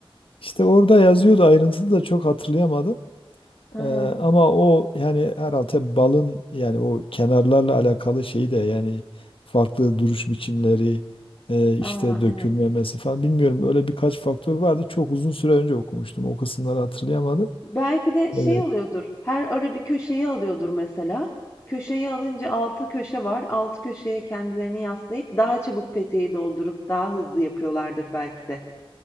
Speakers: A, on the left (about 65°); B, on the left (about 30°).
A: İşte orada yazıyordu ayrıntısı da çok hatırlayamadım.
B: Hı
A: E,
B: hı.
A: ama o yani herhalde balın yani o kenarlarla alakalı şeyi de yani farklı duruş biçimleri e, işte
B: A,
A: dökülmemesi
B: evet.
A: falan bilmiyorum öyle birkaç faktör vardı. Çok uzun süre önce okumuştum. O kısımları hatırlayamadım.
B: Belki de şey
A: E,
B: oluyordur, her arı bir köşeyi alıyordur mesela. Köşeyi alınca 6 köşe var. 6 köşeye kendilerini yaslayıp daha çabuk peteği doldurup daha hızlı yapıyorlardır belki de